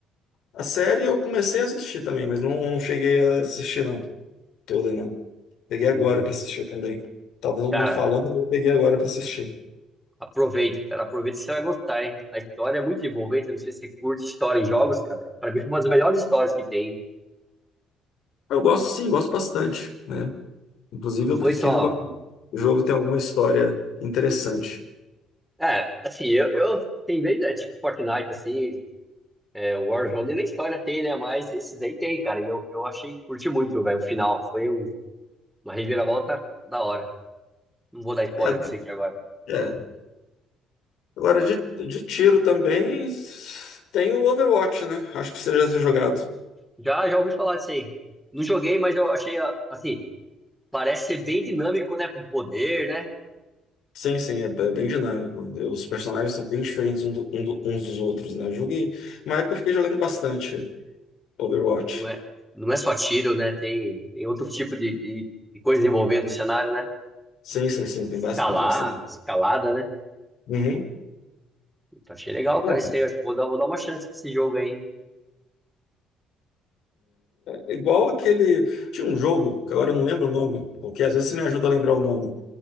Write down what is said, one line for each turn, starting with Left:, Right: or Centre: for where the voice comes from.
Left: A série eu comecei a assistir também, mas não, não cheguei a assistir, não. Toda, não. Peguei agora
Centre: Uhum.
Left: pra assistir também. Tava todo
Centre: Cara,
Left: mundo falando, eu peguei agora pra assistir.
Centre: Aproveite, cara. Aproveite você vai gostar, hein? A história é muito envolvente. Eu não sei se você curte história em jogos, cara. Pra mim foi uma das melhores histórias que tem.
Left: Eu gosto sim, gosto bastante, né? Inclusive
Centre: Não
Left: eu
Centre: foi
Left: prefiro
Centre: só.
Left: quando o jogo tem alguma história interessante.
Centre: É, assim, eu, eu tem vezes, é tipo Fortnite, assim, é, Warzone nem história tem, né? Mas esses aí tem, cara. E eu, eu achei, curti muito, velho, o final. Foi um- uma reviravolta da hora. Não vou dar spoiler
Left: É,
Centre: pra você aqui agora.
Left: é. Agora de, de tiro também tem o Overwatch, né? Acho que você já tem jogado.
Centre: Já, já ouvi falar disso aí. Não joguei, mas eu achei, ah, assim, parece ser bem dinâmico, né? Com poder, né?
Left: Sim, sim, é, é bem dinâmico. Os
Centre: Não-
Left: personagens são bem diferentes um do- um do- uns dos outros, né? Eu joguei. Uma época eu fiquei jogando bastante Overwatch.
Centre: Não é, não é só tiro, né? Tem, tem outro tipo de, de, de coisa envolvendo o cenário, né?
Left: Sim, sim, sim, tem
Centre: Escalar,
Left: bastante. bastante.
Centre: escalada, né?
Left: Uhum.
Centre: Então, achei legal, cara.
Left: É,
Centre: Isso aí, acho que vou dar, vou dar uma chance pra esse jogo aí, hein?
Left: é é igual aquele. Tinha um jogo, que agora eu não lembro o nome, porque às vezes você me ajuda a lembrar o nome.